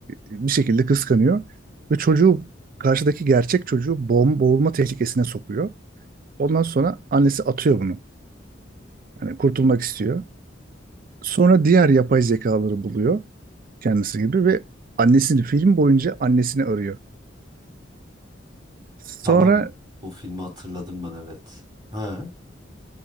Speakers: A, on the right; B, on the right.
A: bir şekilde kıskanıyor ve çocuğu karşıdaki gerçek çocuğu boğum, boğulma tehlikesine sokuyor. Ondan sonra annesi atıyor bunu. yani kurtulmak istiyor. Sonra diğer yapay zekaları buluyor kendisi gibi ve annesini film boyunca annesini arıyor. Sonra
B: Tamam bu filmi hatırladım ben evet. Ha.